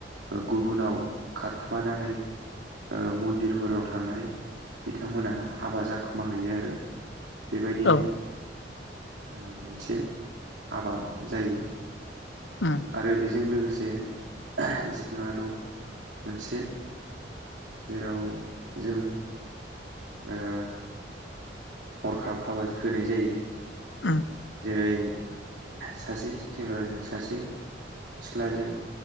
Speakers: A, on the right; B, on the left.
A: गुबुनाव खारखुमानानै। ओ मन्दिरफोराव थांनाय बिथांमोना हाबा जाखुमा हैैयो आरो। बेबायदिनो
B: औ
A: ओ मोनसे हाबा जायो।
B: उम
A: आरो बेजों लोगोसे जोंआ दं। मोनसे जेराव जों ओ। हरखाब हाबा जाहोनाय जायो।
B: उम्म।
A: जेरै सासे सेंग्राजों सासे। सिख्लाजों